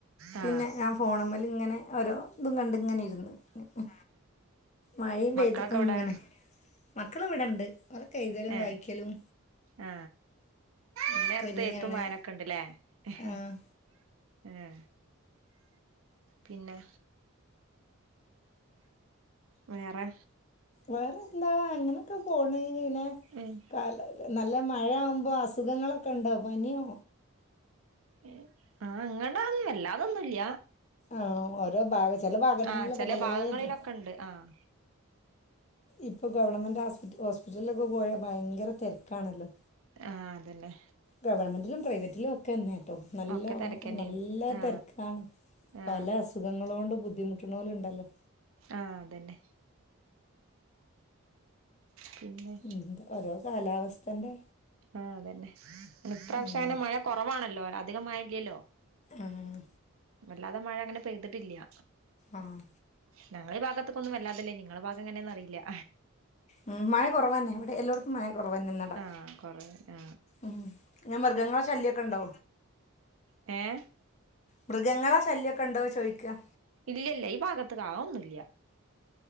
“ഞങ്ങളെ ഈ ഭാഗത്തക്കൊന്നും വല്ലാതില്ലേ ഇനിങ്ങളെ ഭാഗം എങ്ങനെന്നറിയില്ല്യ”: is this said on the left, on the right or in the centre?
Right